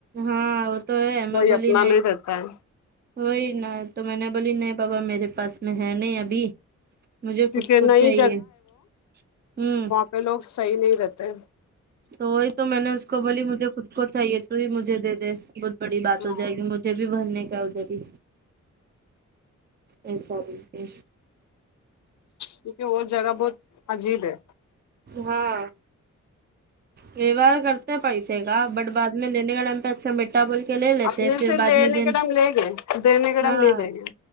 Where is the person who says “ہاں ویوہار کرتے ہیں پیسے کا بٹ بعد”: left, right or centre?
Right